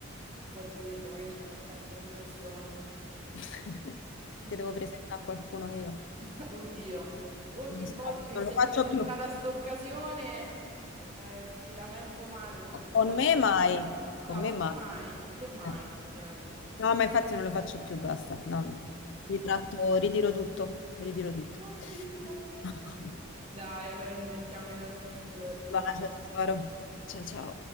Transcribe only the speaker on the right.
chi può dirlo, magari c'è qualche altra situazione.
<laughs>
<laughs> Oddio, ogni
volta che
si
è
presentata
sta occasione eh, è finita mezzo male. ma con tutte
le
mie-
No,
con
te
mai, con te mai,
effettivamente.
Oddio.
Dai, allora ci sentiamo nei prossimi giorni. Un
bacio.